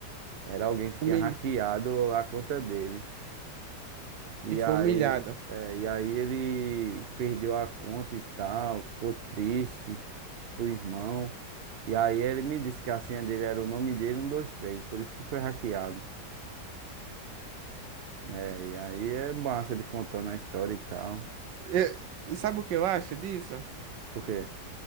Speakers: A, on the right; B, on the right.
A: Era alguém que tinha
B: Humil...
A: hackeado a conta dele. E
B: E
A: aí,
B: foi humilhado.
A: é, e aí ele perdeu a conta e tal, ficou triste pro irmão. E aí ele me disse que a senha dele era o nome dele, 123 por isso que foi hackeado. É, e aí é massa ele contando a história e tal.
B: Eu- e sabe o que eu acho disso?
A: Por quê?